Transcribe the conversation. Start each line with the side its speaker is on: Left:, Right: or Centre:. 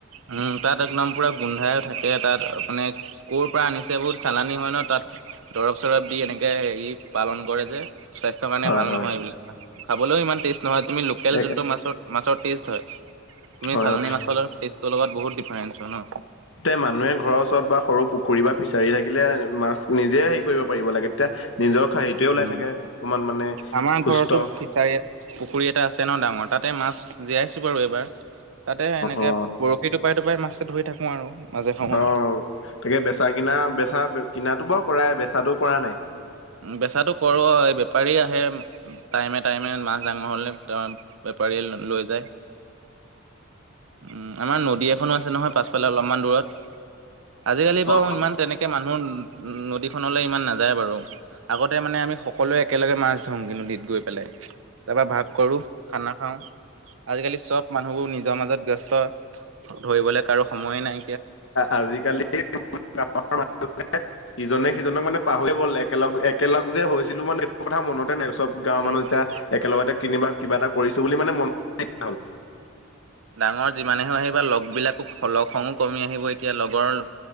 Right: উম, তাত একদম পুৰা গোন্ধাই থাকে, তাত মানে ক'ৰ পৰা আনিছে বহুত চালানি হয় ন, তাত দৰব- চৰব দি এনেকে এই পালন কৰে যে। স্বাস্থ্যৰ কাৰণে
Left: হয়
Right: ভাল
Left: হয়
Right: নহয়, এইবিলাক খাবলৈও ইমান টেষ্ট নহয় তুমি লোকেল
Left: হয়
Right: যোনটো মাছৰ মাছৰ টেষ্ট হয়, তুমি
Left: হয়
Right: চালানী মাছৰ টেষ্টৰ লগত বহুত ডিফাৰেন্ঞ্চ হয় ন।
Left: তে, মানুহে ঘৰৰ ওচৰত বা সৰু পুখুৰী বা ফিছাৰী থাকিলে মাছ নিজে হেৰি কৰিব পাৰিব লাগে তেয়া নিজৰ খাদ, ওলাই
Right: উম,
Left: থাকে ইমান মানে
Right: আমাৰ
Left: সুস্থ
Right: ঘৰতো ফিচাৰী পুখুৰী এটা আছে ন, ডাঙৰ তাতে মাছ জীয়াইছো বাৰু এইবাৰ। তাতে এনেকে
Left: অ
Right: বৰশী টোপাই, টোপাই মাছে ধৰি থাকো আৰু মাজে সময়ে।
Left: অ তাকে বেচা- কিনা বেচা কিনাটো বৰু কৰাই বেচাটো কৰা নাই?
Right: বেচাটো কৰো, এই বেপাৰী আহে। টাইমে, টাইমে মাছ ডাঙৰ হ'লে বেপাৰীয়ে লৈ যায়। উম, আমাৰ নদী এখনো আছে নহয়, পাছফালে অলপমান দূৰত, আজিকালি বাৰু
Left: অ
Right: ইমান তেনেক মানুহ, নদীখনলৈ ইমান নাযায় বাৰু। আগতে মানে আমি সকলোৱে একেলগে মাছ ধৰো নদীত গৈ পেলাই, তাৰ পৰা ভাগ কৰো। খানা খাওঁ, আজিকালি চব মানুহবোৰ নিজৰ মাজত ব্যস্ত, ধৰিবলৈ কাৰো সময়ে নাই।
Left: আজিকালি <unintelligible> <unintelligible> ইজনে-সিজনক মানে পাহৰি গ'ল, একেলগ-একেলগ যে হৈছিলো মানে এইটো কথা মনতে নাই, চব গাঁৱৰ
Right: উম,
Left: মানুহ যেতিয়া একেলগতে কিনিবা কিবা এটা কৰিছো বুলি মানে মনো নাইকীয়া হ'ল।
Right: ডাঙৰ যিমানে হৈ আহিবা, লগবিলাকক লগ-সং কমি আহিব। এতিয়া লগৰ